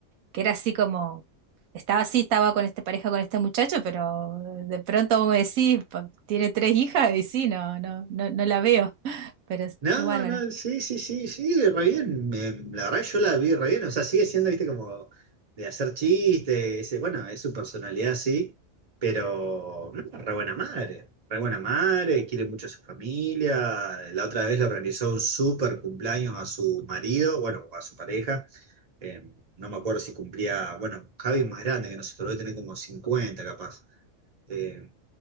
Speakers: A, on the right; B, on the right.
A: que era así como, estaba así, estaba con esta pareja, con este muchacho, pero de pronto vos me decís, "Pa- tiene tres hijas y sí, no, no, no, no la veo, <laughs> pero es-
B: No,
A: qué bárbara.
B: no, sí, sí, sí, sí, re bien. Me- la verdad yo la vi re bien. O sea, sigue siendo, viste, como de hacer chistes. ese- Bueno, es su personalidad, sí, pero no, re buena madre. Re buena madre, quiere mucho a su familia. La otra vez le organizó un super cumpleaños a su marido, bueno, a su pareja. eh, no me acuerdo si cumplía, bueno, Javi es más grande que nosotros, debe tener como 50 capaz. eh,